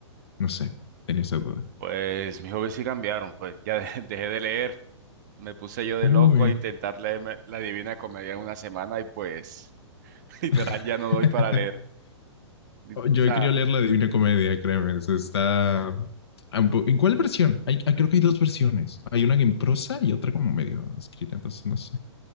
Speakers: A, on the left; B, on the right.
A: no sé, tenía esa duda.
B: Pues mis hobbies sí cambiaron, pues ya de- <laughs> dejé de leer, me puse yo de
A: Uy.
B: loco a intentar leerme La Divina Comedia en una semana y pues <laughs> literal
A: <laughs>
B: ya no doy para leer. O
A: Yo
B: sea,
A: he querido leer la Divina Comedia, créeme, eso está... un po- ¿En cuál versión? Hay, ah, creo que hay dos versiones. Hay una en prosa y otra como medio escrita, entonces no sé,